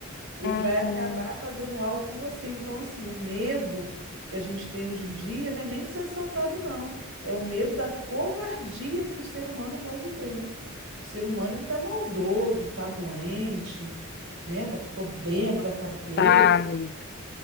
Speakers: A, on the right; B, on the left.
A: ele
B: uhum.
A: vai acabar fazendo algo com você. Então, assim, o medo que a gente tem hoje em dia não é nem de ser assaltado, não. É o medo da covardia que o ser humano pode ter, né? O ser humano, ele tá maldoso, tá doente, né? Tá com problema da cabeça.
B: Tá, amiga.